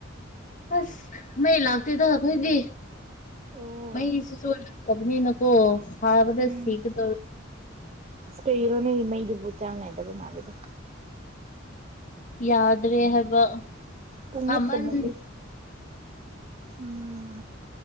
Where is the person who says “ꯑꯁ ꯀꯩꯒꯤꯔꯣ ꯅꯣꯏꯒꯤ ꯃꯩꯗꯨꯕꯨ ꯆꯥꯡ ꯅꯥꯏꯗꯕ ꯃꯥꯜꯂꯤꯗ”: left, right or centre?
Right